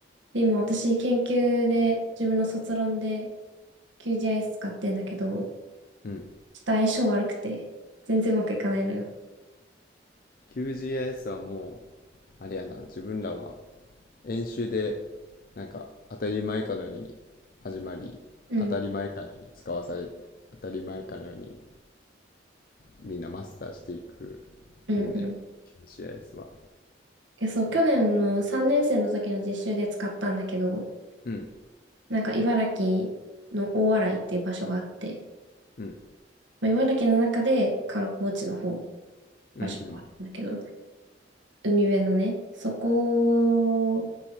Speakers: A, on the right; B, on the left.
A: で、今私、研究で、自分の卒論で QGIS 使ってんだけど、
B: うん。
A: ちょっと相性悪くて、全然うまくいかないのよ。
B: QGIS はもう、あれやな、自分らは演習でなんか当たり前かのように始まり当たり前かのように使わされ当たり前かのように
A: うん、
B: みんなマスターしていく
A: うん、
B: ものやわ
A: うん。
B: QGIS は
A: え、そう、去年の3年生の時の実習で使ったんだけど、
B: うん
A: なんか茨城の大洗っていう場所があって、
B: うん
A: まあ、茨城の中で観光地の方、場所があるんだけど、
B: うんうん
A: 海辺のね、そこを